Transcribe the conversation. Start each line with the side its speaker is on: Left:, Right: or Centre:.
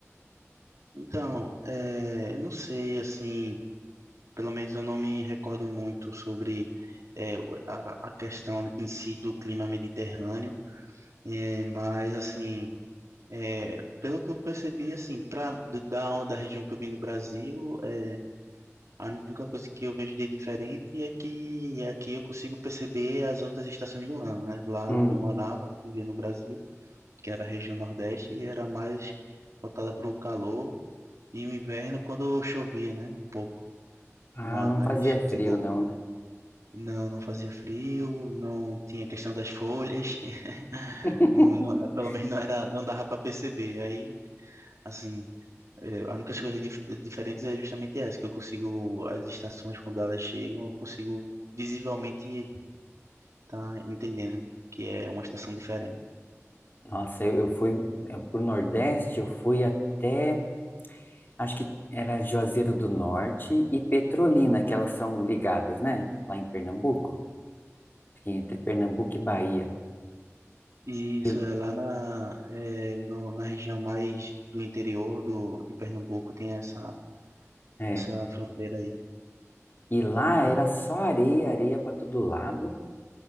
Right: Então, é, eu não sei, assim, pelo menos eu não me recordo muito sobre é, a, a questão em si do clima mediterrâneo, é, mas assim. é, pelo que eu percebi, assim, pra, do- da, da região que eu vim no Brasil, é, A única coisa que eu vejo de diferente é que aqui eu consigo perceber as outras estações do ano, né? Lá
Left: Hum.
Right: onde eu morava, vivia no Brasil, que era a região Nordeste, e era mais voltada para o calor e o inverno quando chovia, né? Um pouco.
Left: Ah,
Right: Mas,
Left: não fazia
Right: por
Left: frio
Right: exemplo,
Left: não, né?
Right: não, não fazia frio, não tinha questão das folhas, <laughs>
Left: <laughs>
Right: não- não- pelo menos não era, não dava para perceber. Aí, assim. É, A única coisa dif diferente é justamente essa, que eu consigo, as estações, quando elas chegam, eu consigo visivelmente estar entendendo que é uma estação diferente.
Left: Nossa, eu, eu fui eu, pro Nordeste, eu fui até, acho que era Juazeiro do Norte e Petrolina, que elas são ligadas, né? Lá em Pernambuco, Acho que entre Pernambuco e Bahia.
Right: E isso
Left: E,
Right: é lá na, é, no- na região mais do interior do, de Pernambuco, tem essa,
Left: é,
Right: essa fronteira aí.
Left: e lá era só areia, areia para todo lado.